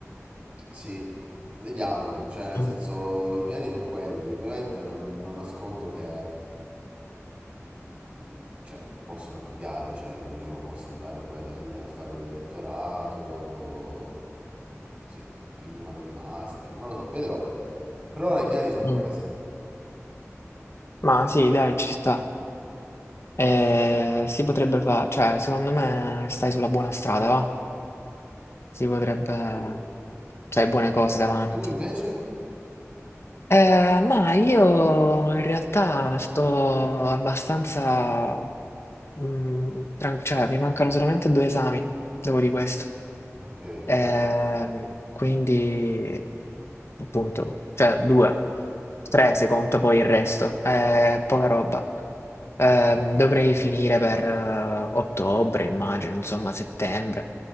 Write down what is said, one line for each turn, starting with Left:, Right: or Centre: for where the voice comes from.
Right: Sì, vediamo, cioè nel
Left: Mm.
Right: senso i piani sono quelli, ovviamente non, non nascondo che mm, cioè, possono cambiare, cioè io posso andare poi alla fine a fare il dottorato, sì, prima del master, non lo so, vedrò, per ora i piani sono questi,
Left: Mm. Ma
Right: quindi
Left: sì, dai, ci sta. Eh,
Right: sì.
Left: si potrebbe fare, cioè, secondo me stai sulla buona strada, va? Si potrebbe...
Right: Sì.
Left: C'hai buone cose davanti.
Right: Tu invece?
Left: Eh, ma io in realtà sto abbastanza... mm, tran- cioè, mi mancano solamente due esami dopo di questo.
Right: Ok, ok,
Left: Ehm, quindi, appunto, cioè due. Tre, se conto poi il resto. Eh, poca roba. Ehm,
Right: ok,
Left: dovrei finire per eh, ottobre, immagino, insomma, settembre.